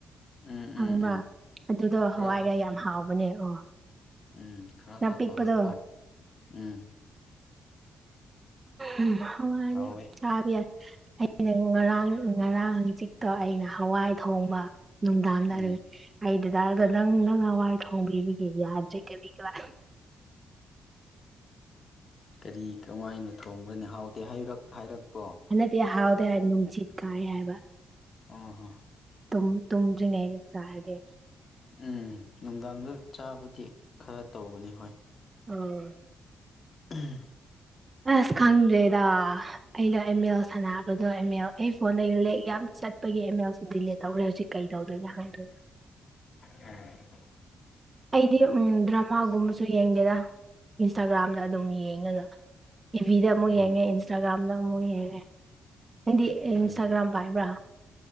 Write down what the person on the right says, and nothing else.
ꯈꯪꯕ꯭ꯔꯥ
ꯑꯗꯨꯗꯣ
ꯍꯋꯥꯏꯒ ꯌꯥꯝ ꯍꯥꯎꯕꯅꯦ ꯑꯣ
ꯌꯥꯝ
ꯄꯤꯛꯄꯗꯣ
ꯎꯝ ꯍꯥꯋꯥꯏꯅꯤ
ꯆꯥꯕ ꯑꯩꯅ ꯉꯔꯥꯡ ꯉꯔꯥꯡ ꯍꯪꯆꯤꯠꯇꯣ ꯑꯩꯅ ꯍꯋꯥꯏ ꯊꯣꯡꯕ ꯅꯨꯡꯗꯥꯡꯗ
ꯍꯥꯏꯔꯒ ꯑꯩ ꯗꯗꯥꯗ ꯅꯪ ꯅꯪ ꯍꯋꯥꯏ ꯊꯣꯡꯕꯤꯕꯒꯤ ꯌꯥꯗ꯭ꯔꯦ ꯀꯔꯤ ꯀꯔꯥ
ꯍꯟꯗꯛꯗꯤ ꯍꯥꯎꯗꯦ ꯍꯥꯏ ꯅꯨꯡꯖꯤꯠ ꯀꯥꯏ ꯍꯥꯏꯕ
ꯇꯨꯝ ꯇꯨꯝꯗ꯭ꯔꯤꯉꯩꯗ ꯆꯥꯔꯗꯤ
ꯑꯣꯏ
ꯑꯁ ꯈꯪꯗ꯭ꯔꯦꯗ ꯑꯩꯗꯣ ꯑꯦꯝꯃꯦꯜ ꯁꯥꯟꯅꯕꯗꯣ ꯑꯦꯃꯦꯜ ꯑꯩ ꯐꯣꯟꯗꯣ ꯏꯂꯦꯛ ꯌꯥꯝ ꯆꯠꯄꯒꯤ ꯑꯦꯃꯦꯜꯁꯨ ꯗꯤꯂꯦꯟ ꯇꯧꯈ꯭ꯔꯦ ꯍꯧꯖꯤꯛ ꯀꯩꯗꯧꯗꯣꯏꯅꯣ ꯍꯪꯗꯔ꯭ꯦꯕ
ꯑꯩꯗꯤ ꯎꯝ ꯗ꯭ꯔꯃꯥꯒꯨꯝꯕꯁꯨ ꯌꯦꯡꯗꯦꯗ ꯏꯟꯁꯇꯥꯒ꯭ꯔꯥꯝꯗ ꯑꯗꯨꯝ ꯌꯦꯡꯉꯒ ꯇꯤꯚꯤꯗ ꯑꯃꯨꯛ
ꯌꯦꯡꯉꯦ ꯏꯟꯁꯇ꯭ꯔꯥꯒꯥꯝꯗ ꯑꯃꯨꯛ ꯌꯦꯡꯉꯦ ꯅꯪꯗꯤ ꯏꯟꯁꯇꯒ꯭ꯔꯥꯝ
ꯄꯥꯏꯕ꯭ꯔꯥ